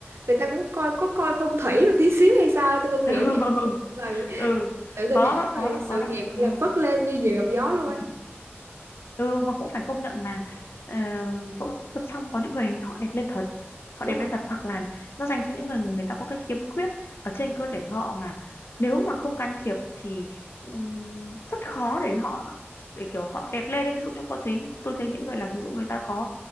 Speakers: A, on the right; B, on the left.
A: người ta cũng coi có coi phong thủy một tí xíu hay sao tôi không hiểu
B: <laughs>
A: nha nhưng mà
B: ừ
A: tự tin
B: có
A: hẳn
B: đó
A: rồi
B: có đó có
A: sự
B: đó
A: nghiệp
B: ừ.
A: gọi là phất lên như diều gặp gió luôn
B: ừ.
A: ấy
B: ừ mà cũng phải công nhận là ờ, phẫu thuật xong có những người họ đẹp lên thật họ
A: đúng
B: đẹp
A: rồi
B: lên thật hoặc là nó dành cho những người người ta có cái khiếm khuyết ở trên cơ thể họ mà nếu mà không can thiệp thì ừm, rất khó để họ để kiểu họ đẹp lên ấy. ví dụ như có thấy tôi thấy những người làm ví dụ người ta có